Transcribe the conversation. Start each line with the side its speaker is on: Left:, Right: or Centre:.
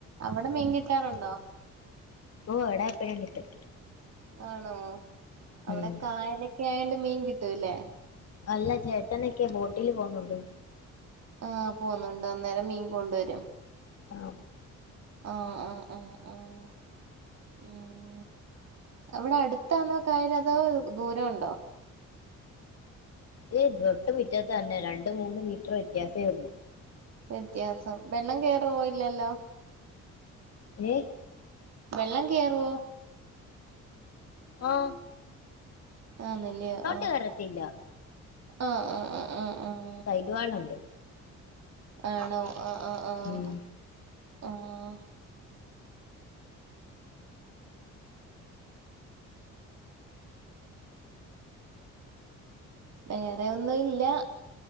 Right: അവിടെ മീൻ കിട്ടാറുണ്ടോ
Left: ഓഹ് അടാപ്പഴും കിട്ടും
Right: ആണോ അവടെ
Left: ഉം
Right: കായലൊക്കെ ആയോണ്ട് മീൻ കിട്ടുല്ലെ
Left: അല്ല ചേട്ടനൊക്കെ ബോട്ടിൽ പോകുന്നുണ്ട്
Right: ആഹ് പോകുന്നുണ്ട് അന്നേരം മീൻ കൊണ്ടുവരും
Left: ആഹ്
Right: അഹ് അഹ് അഹ് അഹ് ഉം അവിടെ അടുത്താന്നോ കായല് അതോ ദൂരംഉണ്ടോ
Left: ഇ തൊട്ട് മുറ്റത്ത് തന്നെ രണ്ട് മൂന്ന് മീറ്റർ വ്യത്യാസെ ഉള്ളൂ
Right: വ്യത്യാസം വെള്ളം കേറോ ഇല്ലല്ലോ
Left: ഏഹ്
Right: വെള്ളം കേറുവോ
Left: ആഹ്
Right: ആഹ് നെല്ലിയോ ആഹ്
Left: കയറത്തില്ല
Right: ആഹ് ആഹ് ആഹ് ആഹ്
Left: സൈടുവാളു ണ്ട്
Right: ആണോ ആഹ് ആഹ് ആഹ്
Left: ഉം
Right: ആഹ് വേറെ ഒന്നും ഇല്ല